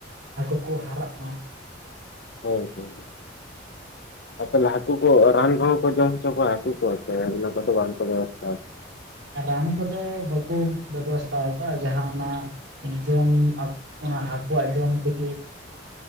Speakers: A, on the right; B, on the left.
A: ᱦᱟᱹᱠᱩ ᱠᱚ ᱦᱟᱨᱟᱜ ᱢᱟ ᱾
B: ᱦᱳᱭ ᱦᱳᱭ ᱾ ᱟᱨ ᱛᱟᱦᱚᱞᱮ ᱦᱟᱹᱠᱩ ᱠᱚ ᱨᱟᱱ ᱠᱚᱦᱚ ᱠᱚ ᱡᱚᱢ ᱦᱚᱪᱚ ᱠᱚᱣᱟ, ᱦᱟᱹᱠᱩ ᱠᱚ ᱥᱮ ᱚᱱᱟ ᱠᱚᱫᱚ ᱵᱟᱝᱠᱚ ᱵᱮᱵᱚᱥᱛᱷᱟ
A: ᱨᱟᱱ ᱠᱚᱫᱚ ᱵᱟᱠᱚ ᱵᱮᱵᱚᱥᱛᱷᱟ ᱟᱠᱟᱜᱼᱟ, ᱡᱟᱦᱟᱸ ᱚᱱᱟ ᱡᱚᱢ ᱚᱱᱟ ᱦᱟᱹᱠᱩᱣᱟᱜ ᱡᱚᱢ ᱛᱤᱜᱤ